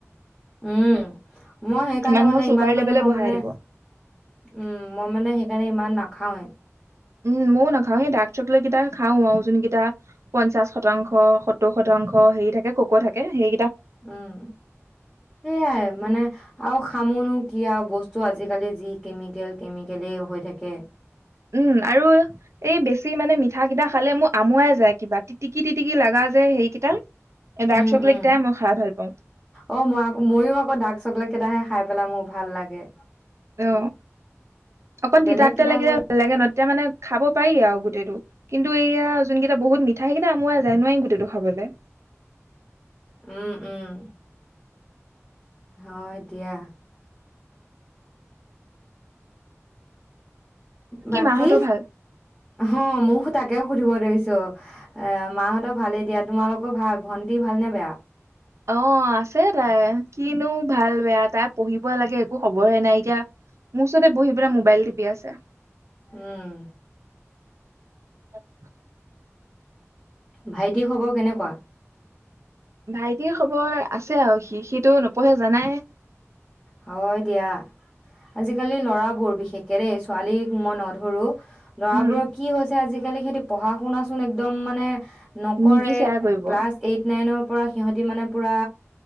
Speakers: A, in the centre; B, on the right.
A: উম। মই সেইকাৰণে
B: মানুহৰ
A: মানে
B: চুগাৰ
A: ইমান
B: লেভেলে
A: মানে মই
B: বঢ়াই
A: মানে,
B: দিব
A: উম মই মানে সেইকাৰণে ইমান নাক খাওৱে।
B: উম, ময়ো নাখাও এই ডাৰ্ক চকলেট কেইটা খাও আৰু যোনকেইটা পঞ্চাশ শতাংশ, সত্তৰ শতাংশ হেৰি থাকে কক' থাকে সেই
A: উম সেইয়াই মানে আৰু খামনো কি আৰু বস্তু আজিকালি যি কেমিকেল, কেমিকেলেই হৈ থাকে।
B: উম আৰু এই বেছি মানে মিঠা কেইটা খালে মোক আমুৱাই যায় কিবা তিটিকি টটিকি লগা যে সেইকেইটা ডাৰ্ক
A: উম
B: চকলেট
A: উম,
B: কেইটাই মই খাই ভাল পাওঁ
A: অ মই আক মইয়ো আকৌ ডাৰ্ক চকলেট কেইটাহে খাই পেলাই মোৰ ভাল লাগে।
B: অ, অকন
A: বেলেগ
B: তিতা তিতা
A: কেইটা
B: লাগিলে
A: মই
B: ভাল লাগে ন তেতিয়া মানে খাব পায় আৰু গোটেইটো, কিন্তু এয়া যোনকেইটা বহুত মিঠাই সেইকেইটা আমোয়াই যায় খাবলে নোৱাৰি গোটেইটো খাবলৈ।
A: উম উম। হয় দিয়া। বাকী,
B: মাহঁতৰ ভাল
A: হ মোৰো তাকে সুধিব ধৰিছো । এ মাহঁতৰ ভালে দিয়াত তোমালোকৰ ভাল, ভণ্টি ভাল নে বেয়া?
B: অ আছে তাই, কিনো ভাল বেয়া তাই পঢ়িব লাগে একো খবৰহে নাই এতিয়া, মোৰ ওচৰতে বহি পেলাই মোবাইল টিপি আছে।
A: উম।
B: তাত পা
A: ভাইটি খবৰ কেনেকুৱা?
B: ভাইটিৰ খবৰ আছে আৰু সি সিটো নপঢ়ে জানাই।
A: হয় দিয়া, আজিকালি লৰাবোৰ বিশেষকে দেই ছোৱালীক মই নধৰো ল'ৰাবোৰক
B: উম
A: কি হৈছে আজি আজিকালি সেই পঢ়া শুনাচোন একদম মানে নকৰে
B: নিবিচাৰে কৰিব
A: ক্লাছ এইট, নাইনৰ পৰা সিহঁতি মানে পুৰা